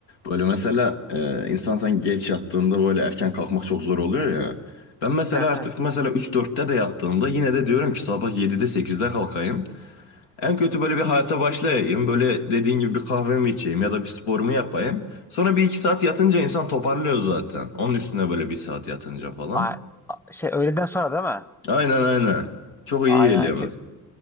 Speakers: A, on the left; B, in the centre.
A: Böyle mesela e, insan sen geç yattığında böyle erken kalkmak çok zor oluyor ya. Ben mesela
B: Evet
A: artık
B: evet.
A: mesela 3-4'te de yattığımda yine de diyorum ki sabah 7'de 8'de kalkayım. En kötü böyle bir hayata başlayayım. Böyle dediğin gibi bir kahvemi içeyim ya da bir sporumu yapayım. Sonra bir iki saat yatınca insan toparlıyor zaten. Onun üstüne böyle bir saat yatınca falan.
B: A- a- şey öğleden sonra değil mi?
A: Aynen aynen. Çok
B: Aynen
A: iyi geliyor.
B: hareket.